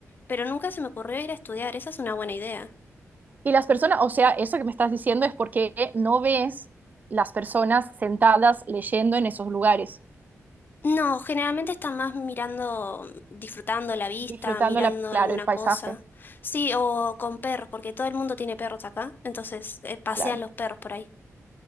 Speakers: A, on the left; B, on the right.
A: Pero nunca se me ocurrió ir a estudiar, esa es una buena idea.
B: Y las personas, o sea, eso que me estás diciendo es porque no ves las personas sentadas leyendo en esos lugares,
A: No, generalmente está más mirando, mm, disfrutando la vista,
B: disfrutando,
A: mirando
B: la, claro,
A: alguna
B: el paisaje.
A: cosa. Sí, o con perros, porque todo el mundo tiene perros acá, entonces eh, pasean
B: Claro.
A: los perros por ahí.